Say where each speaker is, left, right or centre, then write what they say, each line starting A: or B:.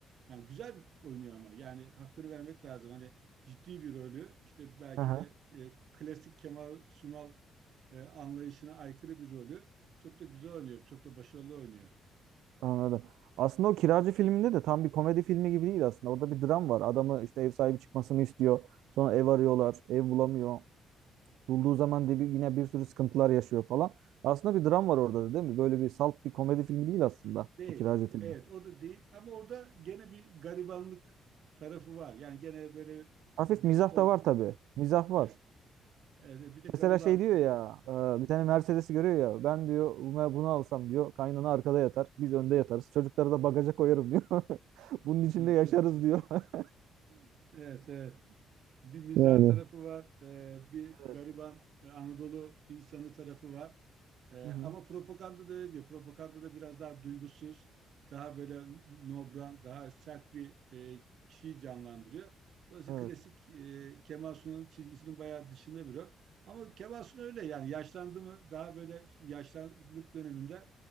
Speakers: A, on the right (about 65°); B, on the right (about 80°).
A: yani güzel oynuyor ama yani hakkını vermek lazım. Hani ciddi bir rolü işte belki
B: Aha,
A: de e, klasik Kemal Sunal e, anlayışına aykırı bir rolü çok da güzel oynuyor. Çok da başarılı oynuyor.
B: anladım. Aslında o Kiracı filminde de tam bir komedi filmi gibi değil aslında. Orada bir dram var. Adamı işte ev sahibi çıkmasını istiyor. Sonra ev arıyorlar. Ev bulamıyor. Bulduğu zaman de bir, yine bir sürü sıkıntılar yaşıyor falan. Aslında bir dram var orada da değil mi? Böyle bir salt bir komedi filmi değil aslında
A: Değil.
B: o Kiracı filmi.
A: Evet o da değil ama orada gene bir garibanlık tarafı var. Yani gene böyle
B: Hafif
A: biz
B: mizah
A: or
B: da var tabii. Mizah var.
A: evet, evet, bir de gariban
B: Mesela şey diyor ya, e, bir tane Mercedes'i görüyor ya. Ben diyor "Buna- bunu alsam diyor. Kaynana arkada yatar. Biz önde yatarız. Çocukları da bagaja koyarım diyor. <laughs> Bunun içinde
A: evet
B: yaşarız
A: evet
B: diyor. <laughs>
A: evet. evet. Bir mizah
B: Yani
A: tarafı var. e, bir
B: Evet.
A: gariban e, Anadolu insanı tarafı var. Ee, ama
B: Hı-hı.
A: propaganda da öyle diyor. Propaganda da biraz daha duygusuz, daha böyle nobran, daha sert bir e, kişiyi canlandırıyor. Dolayısıyla
B: Evet.
A: klasik e, Kemal Sunal'ın çizgisinin bayağı dışında bir o. Ama Kemal Sunal öyle yani yaşlandı mı daha böyle yaşlılık döneminde